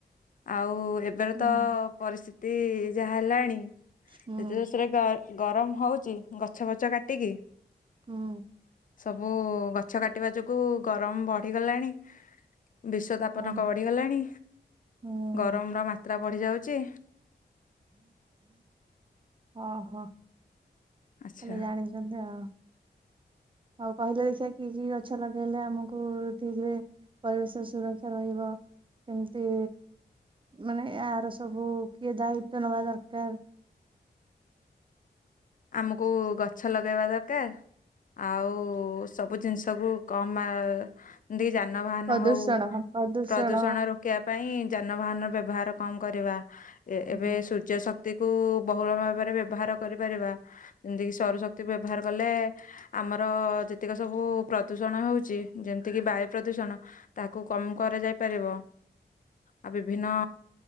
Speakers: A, on the left; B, on the right.
A: ଆଉ ଏ ଏବେର
B: ହୁଁ
A: ତ ପରିସ୍ଥିତି ଯାହା ହେଲାଣି
B: ହୁଁ
A: ଯୋଷରେ ଗର ଗରମ ହଉଚି ଗଛ ଫଛ କାଟିକି।
B: ହୁଁ।
A: ସବୁ ଗଛ କାଟିବା ଯୋଗୁଁ ଗରମ ବଢ଼ିଗଲାଣି। ବିଶ୍ୱ ତାପନ
B: ହଁ
A: କ ବଢିଗଲାଣି
B: ହୁଁ
A: ଗରମର ମାତ୍ରା ବଢି ଯାଉଚି।
B: ଓହୋ।
A: ଆଚ୍ଛା
B: ଆମେ ଜାଣିଚନ୍ତି ଆଉ। ଆଉ କହିଲ ଦେଖିଆ କି କି ଗଛ ଲଗେଇଲେ ଆମକୁ ଠିକ୍ରେ ପରିବେଶ ସୁରକ୍ଷା ରହିବ କେମିତି ମାନେ ୟାର ସବୁ କିଏ ଦାୟିତ୍ଵ ନବା ଦରକାର?
A: ଆମକୁ ଗଛ ଲଗେଇବା ଦରକାର। ଆଉ ସବୁ ଜିନିଷକୁ କମା ଦେଇ ଯାନବାହାନ
B: ପ୍ରଦୂଷଣ
A: ହଉ
B: ହଁ ପ୍ରଦୂଷଣ
A: ପ୍ରଦୂଷଣର ରୋକିବା ପାଇଁ ଯାନବାହାନର ବ୍ୟବହାର କମ୍ କରିବା।
B: ହୁଁ
A: ଏବେ ସୂର୍ଯ୍ୟ ଶ ଶକ୍ତି କୁ ବହୁଳ ଭାବରେ ବ୍ୟବହାର କରିପାରିବା ଦେଇକିି ସ୍ବର ଶକ୍ତି ବ୍ୟବହାର କଲେ ଆମର ଯେତିକି ସବୁ ପ୍ରଦୂଷଣ ହଉଛି ଯେମିତିକି ବାୟୁ ପ୍ରଦୂଷଣ। ତାକୁ କମ୍ କରାଯାଇ ପାରିବ ଆଉ ବିଭିନ୍ନ